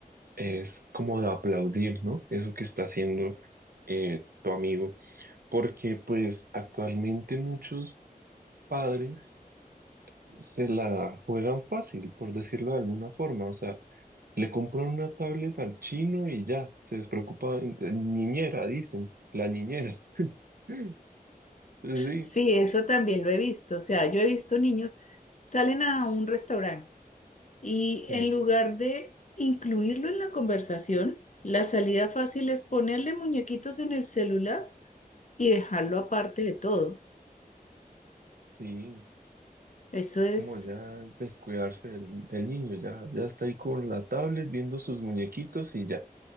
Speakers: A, on the right; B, on the left.
A: es como de aplaudir, ¿no? Eso que está haciendo eh, tu amigo, porque pues actualmente muchos padres se la juegan fácil, por decirlo de alguna forma, o sea, le compran una tablet al chino y ya, se despreocupan, niñera, dicen, la niñera. <laughs> Sí,
B: Sí, eso también lo he visto. O sea, yo he visto niños, salen a un restaurante. Y
A: sí.
B: en lugar de incluirlo en la conversación, la salida fácil es ponerle muñequitos en el celular y dejarlo aparte de todo.
A: Sí,
B: Eso
A: es
B: es,
A: como ya descuidarse del, del niño, ya, ya está ahí con la tablet viendo sus muñequitos y ya,